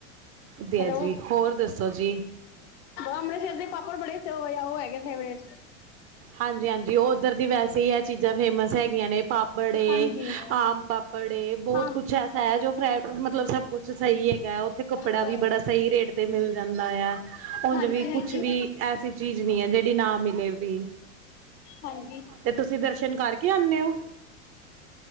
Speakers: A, on the right (about 35°); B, on the left (about 60°).
A: ਵਦੀਆ
B: ਹੈਲੋ
A: ਜੀ ਹੋਰ ਦੱਸੋ ਜੀ
B: ਅੰਮ੍ਰਿਤਸਰ ਦੇ ਪਾਪੜ ਬੜੇ ਸੇ ਹੋ ਆ ਉਹ ਹੈਗੇ ਫੇਵਰੇਟ
A: ਹਾਂਜੀ-ਹਾਂਜੀ ਉਹ ਉਧਰ ਦੀ ਵੈਸੇ ਹੀ ਇਹ ਚੀਜ਼ਾਂ ਫੇਮਸ ਹੈਗੀਆਂ ਨੇ ਪਾਪੜ
B: ਹਾਂਜੀ
A: ਆਮ ਪਾਪੜੇ ਬਹੁਤ
B: ਹਾਂ
A: ਕੁਛ ਸ ਹੈ ਜੋ ਫ ਮਤਲਬ ਸਭ ਕੁੱਛ ਸਹੀ ਹੈਗਾ ਆ ਉੱਥੇ ਕੱਪੜਾ
B: ਹਾਂਜੀ
A: ਵੀ ਬੜਾ ਸਹੀ ਰੇਟ ਤੇ ਮਿਲ ਜਾਂਦਾ ਆ ਉਝ
B: ਹਾਂਜੀ
A: ਵੀ ਕੁਛ
B: ਹਾਂਜੀ
A: ਵੀ ਐਸੀ ਚੀਜ਼ ਨਹੀਂ ਹੈ ਜਿਹੜੀ ਨਾ ਮਿਲੇ ਵੀ
B: ਹਾਂਜੀ
A: ਤੇ ਤੁਸੀਂ ਦਰਸ਼ਨ ਕਰਕੇ ਆਨੇ ਔ?